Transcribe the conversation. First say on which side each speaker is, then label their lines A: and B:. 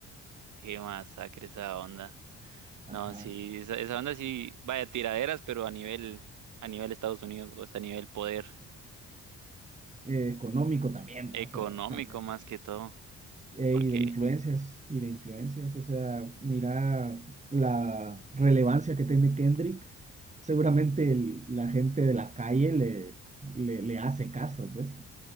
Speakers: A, on the right; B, on the right.
A: Qué masacre esa onda.
B: <laughs> Ajá.
A: No, sí, esa, esa onda sí, vaya tiraderas, pero a nivel, a nivel Estados Unidos, pues, a nivel poder
B: Eh, económico también,
A: económico
B: o sea, también.
A: más que todo.
B: Eh,
A: Porque
B: y de influencias, y de influencias, o sea, mira la relevancia que tiene Kendrick. Seguramente el- la gente de la calle le, le, le hace caso, pues.